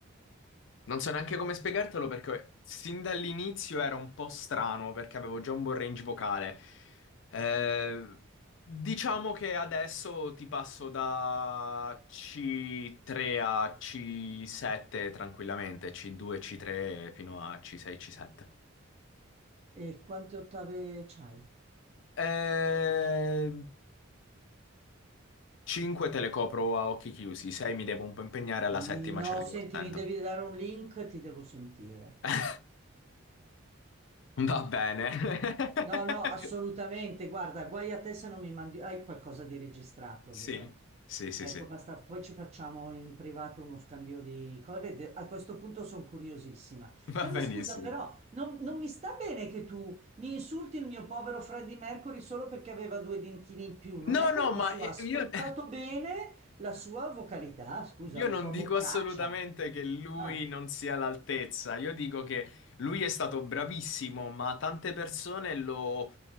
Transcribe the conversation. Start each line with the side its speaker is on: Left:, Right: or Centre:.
Left: Non so neanche come spiegartelo perché sin dall'inizio era un po' strano perché avevo già un buon range vocale. Eh, diciamo che adesso ti passo da C3 a C7 tranquillamente, C2, C3 fino a C6, C7.
Right: E quante ottave c'hai?
Left: Eh, 5 te le copro a occhi chiusi, 6 mi devo un po' impegnare, alla
Right: Mi-
Left: settima
Right: no,
Left: ci arrivo
Right: senti,
Left: al 100.
Right: mi devi dare un link, ti devo sentire.
Left: <laughs> Va bene. <laughs>
Right: No, no, assolutamente. Guarda, guai a te se non mi mandi. Hai qualcosa di registrato,
Left: Sì,
Right: vero?
Left: sì, sì,
Right: Ecco,
Left: sì,
Right: basta. Poi ci facciamo in privato uno scambio di cose. De- A questo punto sono curiosissima.
Left: <laughs> va
Right: Ma,
Left: benissimo.
Right: ma scusa, però, non, non mi sta bene che tu mi insulti il mio povero Freddie Mercury solo perché aveva due dentini in più. Non
Left: No,
Right: è colpa
Left: no, ma
Right: sua,
Left: eh,
Right: ha sfruttato
Left: io, <laughs>
Right: bene la sua vocalità, scusa,
Left: io
Right: la
Left: non
Right: sua
Left: dico
Right: boccaccia.
Left: assolutamente che lui
Right: Ah.
Left: non sia all'altezza, io dico che lui è stato bravissimo, ma tante persone lo